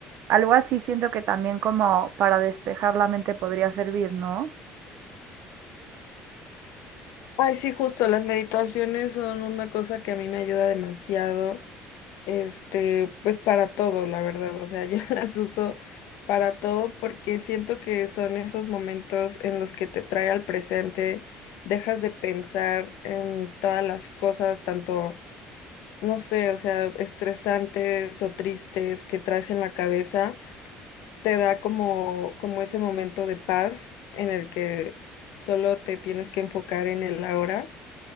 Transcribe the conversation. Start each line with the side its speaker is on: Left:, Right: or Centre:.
Right: Algo así siento que también como para despejar la mente podría servir, ¿no?
Left: Ay, sí, justo, las meditaciones son una cosa que a mí me ayuda demasiado. Este, pues para todo, la verdad. O sea, <laughs> yo las uso para todo porque siento que son esos momentos en los que te trae al presente, dejas de pensar en todas las cosas, tanto, no sé, o sea, estresantes o tristes que traes en la cabeza. Te da como, como ese momento de paz en el que solo te tienes que enfocar en el ahora.